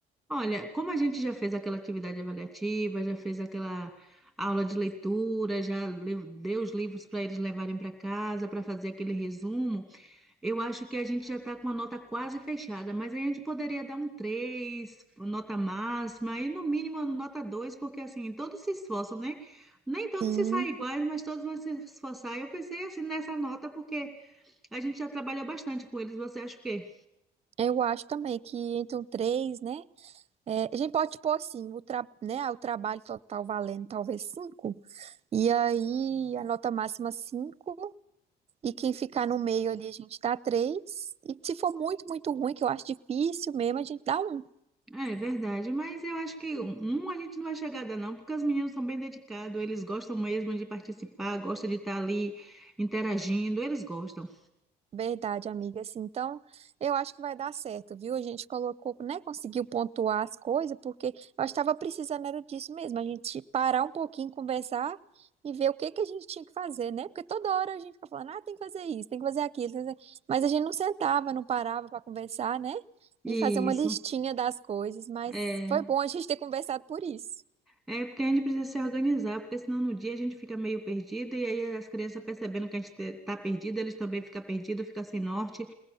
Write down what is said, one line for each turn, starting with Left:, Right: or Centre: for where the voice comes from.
Centre: Olha, como a gente já fez aquela atividade avaliativa, já fez aquela aula de leitura, já le- deu os livros para eles levarem para casa para fazer aquele resumo, eu acho que a gente já está com a nota quase fechada, mas aí a gente poderia dar um 3, nota máxima, e no mínimo a nota 2, porque assim, todos se esforçam, né? Nem todos
Right: Sim,
Centre: se saem iguais, mas todos vão se esforçar. Eu pensei assim nessa nota, porque a gente já trabalhou bastante com eles, você acha o quê?
Right: eu acho também que entre um três, né? é, a gente pode pôr assim, o, tra né, o trabalho total valendo talvez cinco, e aí a nota máxima cinco E quem ficar no meio ali, a gente dá três. E se for muito, muito ruim, que eu acho difícil mesmo, a gente dá um.
Centre: É, é verdade, mas eu acho que um um a gente não vai chegar a dar não, porque os meninos são bem dedicados, eles gostam mesmo de participar, gostam de estar ali interagindo, eles gostam.
Right: Verdade, amiga. Assim, então, eu acho que vai dar certo, viu? A gente colocou, né? Conseguiu pontuar as coisas, porque eu estava precisando era disso mesmo. A gente parar um pouquinho, conversar e ver o que que a gente tinha que fazer, né? Porque toda hora a gente fica falando, ah, tem que fazer isso, tem que fazer aquilo, tem que fazer... mas a gente não sentava, não parava para conversar, né?
Centre: Isso,
Right: E fazer uma listinha das coisas, mas
Centre: é.
Right: foi bom a gente ter conversado por isso.
Centre: É porque a gente precisa se organizar, porque senão no dia a gente fica meio perdido e aí as crianças percebendo que a gente te- tá perdido, eles também ficam perdidos, ficam sem norte.